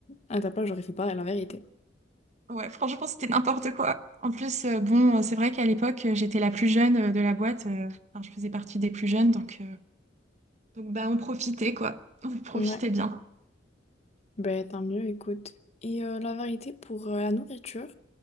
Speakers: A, on the left (about 35°); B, on the right (about 40°).
A: À ta place, j'aurais fait pareil, la vérité.
B: Ouais, franchement, c'était n'importe quoi. En plus, euh, bon, euh, c'est vrai qu'à l'époque, euh, j'étais la plus jeune euh, de la boîte. euh, enfin, je faisais partie des plus jeunes, donc, euh, donc bah, on profitait, quoi. On profitait
A: Ouais.
B: bien.
A: Ben tant mieux, écoute. Et euh, la vérité, pour euh, la nourriture,